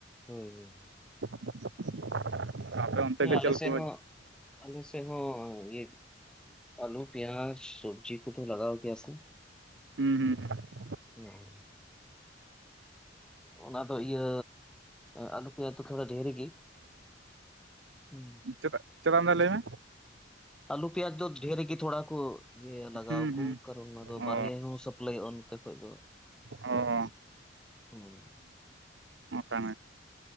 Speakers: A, in the centre; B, on the right (about 80°).
A: ᱦᱳᱭ ᱦᱳᱭ
B: <inaudible> ᱚᱱᱛᱮ
A: ᱦᱮ
B: ᱜᱮ
A: ᱟᱞ
B: ᱪᱮᱫ ᱞᱮᱠᱟ
A: ᱥᱮ ᱦᱚᱸ ᱟᱞ ᱥᱮ ᱦᱚᱸ ᱤᱭᱟᱹᱼᱼ ᱟᱞᱩ ᱯᱤᱭᱟᱡ ᱥᱚᱵᱡᱤ ᱠᱚᱫᱚ ᱞᱟᱜᱟᱣ ᱜᱮᱭᱟ ᱥᱮᱼᱼ
B: ᱦᱩᱸ ᱦᱩᱸ ᱦᱩᱸ
A: ᱦᱩᱸ ᱚᱱᱟ ᱫᱚ ᱤᱭᱟᱹ ᱟᱞᱩ ᱯᱮᱭᱟ ᱫᱚ ᱛᱷᱚᱲᱟ ᱰᱷᱮᱨᱮ ᱜᱮ ᱦᱩᱸᱻ
B: ᱪᱮᱫᱟᱜ ᱪᱮᱫᱟᱜ <unintelligible> ᱞᱟᱹᱭ ᱢᱮ
A: ᱟᱞᱩ ᱯᱤᱭᱟᱭᱟᱡ ᱫᱚ ᱰᱷᱮᱨ ᱜᱮ ᱛᱷᱚᱲᱟ ᱠᱚᱼᱼ ᱤᱭᱟᱹ ᱞᱟᱜᱟᱣ
B: ᱦᱩᱸ
A: ᱠᱚ
B: ᱦᱩᱸ
A: ᱠᱟᱨᱚᱱ ᱚᱱᱟ ᱫᱚ
B: ᱚ
A: ᱵᱟᱨᱦᱮ ᱦᱚᱸ ᱥᱟᱯᱞᱟᱭᱚᱜᱼᱟ ᱱᱚᱛᱮ ᱠᱷᱚᱡ ᱫᱚ᱾
B: ᱚ
A: ᱦᱩᱸ
B: ᱚᱠᱟ <unintelligible>